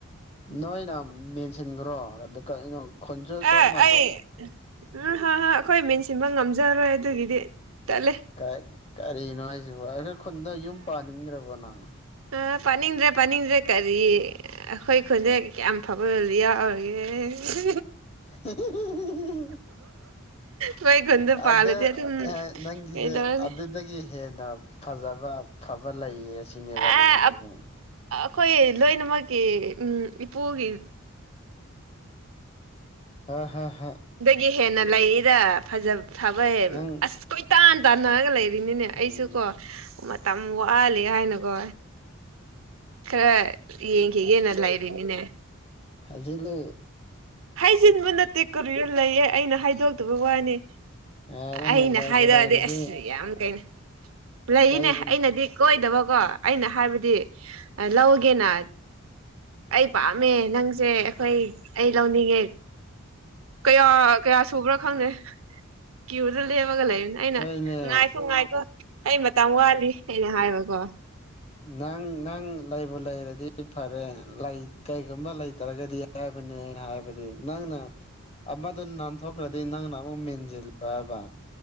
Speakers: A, on the left (about 30°); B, on the right (about 70°).
A: ꯅꯣꯏꯅ ꯃꯦꯟꯁꯤꯟꯈ꯭ꯔꯣ ꯑꯗꯨꯒ ꯑꯩꯅ ꯈꯣꯟꯖꯤꯜ
B: ꯑꯦ
A: ꯆꯞ ꯃꯥꯟꯅꯔꯦ
B: ꯑꯩ ꯎꯝ ꯍꯥ ꯍꯥ ꯑꯩꯈꯣꯏ ꯃꯦꯟꯁꯤꯟꯕ ꯉꯝꯖꯔꯣꯏ ꯑꯗꯨꯒꯤꯗꯤ ꯇꯠꯂꯦ
A: ꯀ ꯀꯔꯤꯅꯣ ꯍꯥꯏꯁꯤꯕ ꯑꯩꯈꯣꯏ ꯈꯨꯟꯗ ꯌꯨꯝ ꯄꯥꯅꯤꯡꯗ꯭ꯔꯕꯣ ꯅꯪ
B: ꯑ ꯄꯥꯅꯤꯡꯗ꯭ꯔꯦ ꯄꯥꯅꯤꯡꯗ꯭ꯔꯦ ꯀꯔꯤ ꯑꯩꯈꯣꯏ ꯈꯨꯟꯗ ꯀꯌꯥꯝ ꯐꯕꯕꯗꯤ ꯌꯥꯎꯔꯤꯒꯦ ꯏꯁ
A: ꯍꯤꯍꯤꯍꯤ
B: ꯈꯣꯏ ꯈꯨꯟꯗ ꯄꯥꯜꯂꯗꯤ
A: ꯑꯗ
B: ꯑꯗꯨꯝ
A: ꯑꯦ ꯅꯪꯒꯤꯁꯦ
B: ꯀꯩꯗꯧꯔꯅꯤ
A: ꯑꯗꯨꯗꯒꯤ ꯍꯦꯟꯅ ꯐꯖꯕ ꯐꯕ ꯂꯩꯌꯦ ꯁꯤꯅꯦꯕ
B: ꯑꯦ
A: ꯅꯪꯒꯤꯁꯦ
B: ꯑꯩꯈꯣꯏ ꯂꯣꯏꯅꯃꯛꯀꯤ ꯎꯝ ꯏꯄꯨꯒꯤ
A: ꯍꯥ ꯍꯥꯥ
B: ꯗꯗꯥꯒꯤ ꯍꯦꯟꯅ ꯂꯩꯔ ꯐꯖ ꯐꯕꯦ
A: ꯅꯪ
B: ꯑꯁ ꯀꯣꯏꯇꯥꯟ ꯇꯥꯟꯅꯔꯒ ꯂꯩꯔꯤꯅꯤꯅꯦ
A: ꯎꯝ
B: ꯑꯩꯁꯨ ꯀꯣ ꯃꯇꯝ ꯋꯥꯂꯦ ꯍꯥꯏꯅ ꯀꯣ ꯈꯔ ꯌꯦꯡꯈꯤꯒꯦꯅ ꯂꯩꯔꯤꯅꯤꯅꯦ
A: ꯍꯥꯏꯖꯤꯂꯦ
B: ꯍꯥꯏꯖꯤꯟꯕ ꯅꯠꯇꯦ ꯀꯔꯤꯔ ꯂꯩꯌꯦ ꯑꯩꯅ ꯍꯥꯏꯗꯣꯛꯇꯕ ꯋꯥꯅꯤ
A: ꯍꯥꯏꯔꯅꯦ
B: ꯑꯩꯅ
A: ꯂꯩꯕꯨ
B: ꯍꯥꯏꯔꯛꯑꯗꯤ
A: ꯂꯩꯔꯗꯤ
B: ꯑꯁ ꯌꯥꯝ ꯀꯩꯅꯣ ꯂꯩꯅꯦ
A: ꯂꯩꯕꯨ
B: ꯑꯩꯅꯗꯤ ꯀꯣꯏꯗꯕꯀꯣ ꯑꯩꯅ ꯍꯥꯏꯕꯗꯤ ꯗꯤ ꯂꯧꯒꯦꯅ ꯑꯩ ꯄꯥꯝꯃꯦ ꯅꯪꯁꯦ ꯑꯩꯈꯣꯏ ꯑꯩ ꯂꯧꯅꯤꯡꯉꯦ ꯀꯌꯥ ꯀꯌꯥ ꯁꯨꯕ꯭ꯔꯥ ꯈꯪꯗꯦ ꯀ꯭ꯌꯨꯗ ꯂꯦꯝꯃꯒ ꯂꯩꯕꯅꯤ ꯑꯩꯅ
A: ꯍꯣꯏꯅꯦ
B: ꯉꯥꯏꯈꯣ ꯉꯥꯏꯈꯣ ꯑꯩ ꯃꯇꯝ ꯋꯥꯠꯂꯤ ꯑꯩꯅ ꯍꯥꯏꯕꯀꯣ
A: ꯅꯪ ꯅꯪ ꯂꯩꯕꯨ ꯂꯩꯔꯗꯤ ꯐꯔꯦ ꯂꯩ ꯀꯩꯒꯨꯝꯕ ꯂꯩꯇ꯭ꯔꯒꯗꯤ ꯕꯅꯦ ꯑꯩꯅ ꯥꯏꯕꯗꯤ ꯅꯪꯅ ꯑꯃꯗꯣ ꯅꯥꯟꯊꯣꯛꯈ꯭ꯔꯗꯤ ꯅꯪꯅ ꯑꯃꯨꯛ ꯃꯦꯟꯁꯤꯜꯂꯣ ꯍꯥꯏꯕ